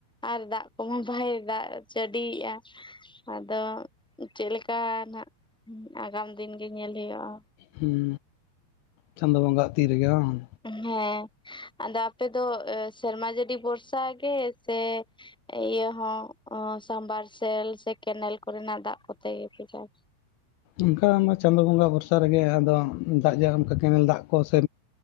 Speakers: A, in the centre; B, on the left.
A: ᱟᱨ ᱫᱟᱜ ᱠᱚ ᱦᱚᱸ ᱵᱟᱭ ᱫᱟᱜ ᱡᱟᱹᱰᱤᱭᱮᱫᱼᱟ ᱟᱫᱚ ᱪᱮᱫ ᱞᱮᱠᱟ ᱱᱟᱜ ᱟᱜᱟᱢ ᱫᱤᱱ ᱜᱮ ᱧᱮᱞ ᱦᱩᱭᱩᱜᱼᱟ
B: ᱦᱩᱸ ᱪᱟᱸᱫᱚ ᱵᱚᱸᱜᱟᱣᱟᱜ ᱛᱤ ᱨᱮ ᱜᱮ ᱵᱟᱝ
A: ᱦᱮᱸ ᱟᱫᱚ ᱟᱯᱮ ᱫᱚ ᱥᱮᱨᱢᱟ ᱡᱟᱹᱲᱤ ᱵᱷᱚᱨᱥᱟ ᱜᱮ ᱥᱮ ᱤᱭᱟᱹ ᱦᱚᱸ ᱥᱟᱢᱵᱟᱨᱥᱮᱞ ᱥᱮ ᱠᱮᱱᱮᱞ ᱠᱚ ᱨᱮᱱᱟᱜ ᱫᱟᱜ ᱠᱚᱛᱮ ᱜᱮᱯᱮ ᱪᱟᱥ
B: ᱚᱱᱠᱟ ᱚᱱᱟ ᱪᱟᱸᱫᱳ ᱵᱚᱸᱜᱟ ᱵᱷᱚᱨᱥᱟ ᱨᱮ ᱜᱮ ᱟᱫᱚ ᱫᱟᱜ ᱡᱟ ᱚᱱᱠᱟ ᱠᱮᱱᱮᱞ ᱫᱟᱜ ᱠᱚ ᱥᱮ